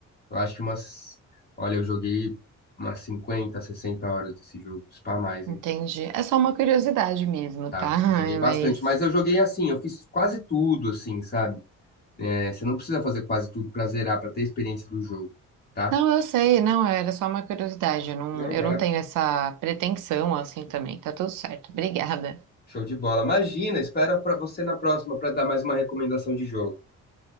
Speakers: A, on the left; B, on the right.
A: Eu acho que umas. Olha, eu joguei umas 50, 60 horas desse jogo. se pá mais,
B: Entendi.
A: hein?
B: É só uma curiosidade mesmo,
A: Tá,
B: tá? Ai,
A: eu joguei bastante.
B: Mas.
A: Mas eu joguei assim, eu fiz quase tudo, assim, sabe? É, você não precisa fazer quase tudo pra zerar, pra ter a experiência do jogo, tá?
B: Não, eu sei, não, era só uma curiosidade. Eu não,
A: Não,
B: eu
A: maravilha.
B: não tenho essa pretensão assim também. Tá tudo certo. Obrigada.
A: Show de bola. Imagina, espera para você na próxima para dar mais uma recomendação de jogo.